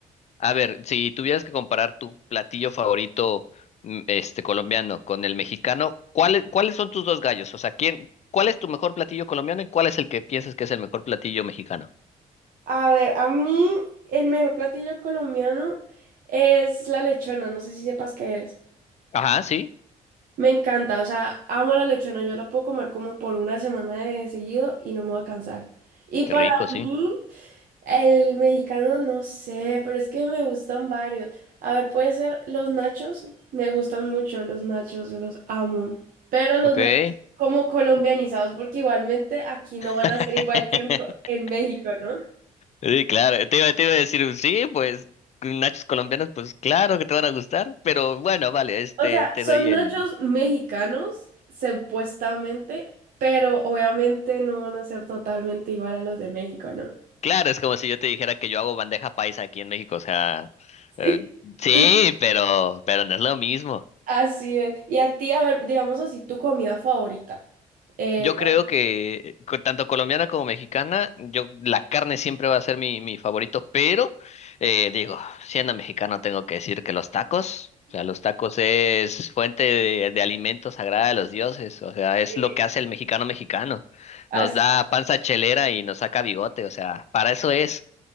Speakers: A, on the left; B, on the right.
A: A ver, si tuvieras que comparar tu platillo favorito, mm, este, colombiano con el mexicano, ¿cuáles, cuáles son tus dos gallos? O sea, ¿quién, cuál es tu mejor platillo colombiano y cuál es el que piensas que es el mejor platillo mexicano?
B: A ver, a mí el mejor platillo colombiano es la lechona. No sé si sepas qué es.
A: Ajá, sí.
B: Me encanta, o sea, amo la lechona, yo la puedo comer como por una semana de seguido y no me voy a cansar. Y para
A: Qué rico, sí.
B: mí, el mexicano no sé, pero es que me gustan varios. A ver, puede ser los nachos, me gustan mucho los nachos, los amo. Pero los
A: Ok.
B: nachos como colombianizados, porque igualmente aquí no van
A: <laughs>
B: a ser igual que en, Co- en México, ¿no?
A: Sí, claro, te iba, te iba a decir, sí, pues nachos colombianos, pues claro que te van a gustar, pero bueno, vale, este,
B: O sea,
A: te
B: son
A: doy el,
B: nachos mexicanos, supuestamente, pero obviamente no van a ser totalmente igual a los de México, ¿no?
A: Claro, es como si yo te dijera que yo hago bandeja paisa aquí en México, o sea, eh,
B: Sí.
A: sí,
B: Y
A: pero, pero no es lo mismo.
B: así es. Y a ti, a ver, digamos así, tu comida favorita. Eh,
A: Yo creo que co- tanto colombiana como mexicana, yo la carne siempre va a ser mi, mi favorito, pero eh, digo, siendo mexicano tengo que decir que los tacos, o sea, los tacos es fuente de, de alimento sagrada de los dioses, o sea, es
B: Sí.
A: lo que hace el mexicano mexicano.
B: así,
A: Nos da panza chelera y nos saca bigote, o sea, para eso es.